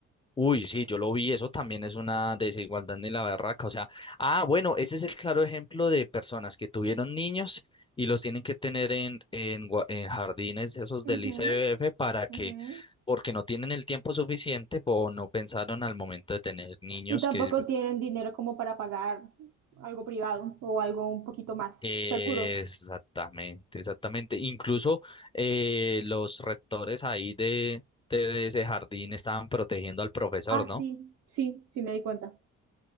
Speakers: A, on the left; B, on the right.
A: Uy, sí, yo lo vi, eso también es una desigualdad ni la barraca, o sea, ah, bueno, ese es el claro ejemplo de personas que tuvieron niños y los tienen que tener en, en, gua- en jardines esos del
B: Ujú,
A: ICBF para que,
B: ujú.
A: porque no tienen el tiempo suficiente o no pensaron al momento de tener niños
B: Y tampoco
A: que es-
B: tienen dinero como para pagar algo privado o algo un poquito más
A: Exactamente,
B: seguro.
A: exactamente. Incluso eh, los rectores ahí de, de ese jardín estaban protegiendo al profesor,
B: Ah, sí,
A: ¿no?
B: sí, sí me di cuenta.